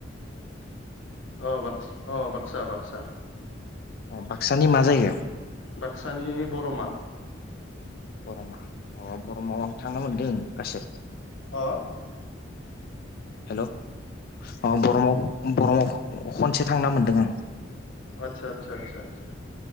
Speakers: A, on the left (about 80°); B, on the left (about 50°).
A: अ बाक्स अ बाक्सा बाक्सा
B: अ बाक्सानि मा जायगायाव?
A: बाक्सानि बर'मा।
B: बर'मा अ बर'माव आं थांनो मोनदों गासै
A: हा
B: हेलौ अ बरमाव बरमाव खनसे थांना मोन्दों आं।
A: आतसा आतसा आसा आसा